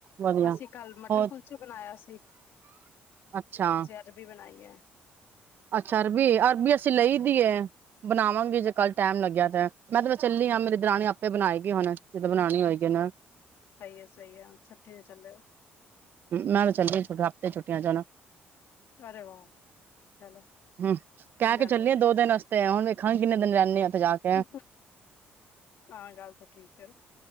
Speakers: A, on the right; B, on the left.
A: ਵਧੀਆ
B: ਅਸੀਂ ਕੱਲ ਮਟਰ
A: ਹੋਰ
B: ਕੁਲਚੇ ਬਣਾਇਆ ਸੀ।
A: ਅੱਛਾ।
B: ਜਬੀ ਬਨਾਈ ਐ।
A: ਅੱਛਾ ਅਰਬੀ, ਅਰਬੀ ਅਸੀਂ ਲਈ ਦੀ ਐ। ਬਣਾਵਾਂਗੇ ਜੇ ਕੱਲ ਟੈਮ ਲੱਗਿਆ ਤੈ, ਮੈਂ ਤ ਚੱਲੀ ਆਂ, ਮੇਰੀ ਦਰਾਣੀ ਆਪੇ ਬਣਾਏਗੀ ਹੁਣ, ਜਿਦਾਂ ਬਣਾਣੀ ਹੋਏਗੀ ਏਨਾ।
B: ਸੲੀ ਐ- ਸੲੀ ਐ, ਛੁੱਟੀ ਤੇ ਚੱਲੇ ਓ।
A: ਨਾਲੇ ਚੱਲੀ, ਛੋਟੇ ਹਫਤੇ ਛੁੱਟੀਆਂ ਜਾਨਾ।
B: ਅਰੇ ਵਾਹ ਚਲੋ
A: ਹੁੰਹ,
B: ਅੱਛੀ
A: ਕੈਅ
B: ਗੱਲ
A: ਕੇ ਚੱਲੀ
B: ਹੈ
A: ਆ
B: ਜੀ
A: ਦੋ ਦਿਨ ਆਸ ਤੇ ਉਨ ਵੇਖਾਂਗ ਕਿੰਨੇ ਦਿਨ ਰੈਨੇ ਆਂ ਓਤੇ ਜਾ ਕੇ।
B: <inaudible> ਹਾਂ, ਗੱਲ ਤਾਂ ਠੀਕ ਅ।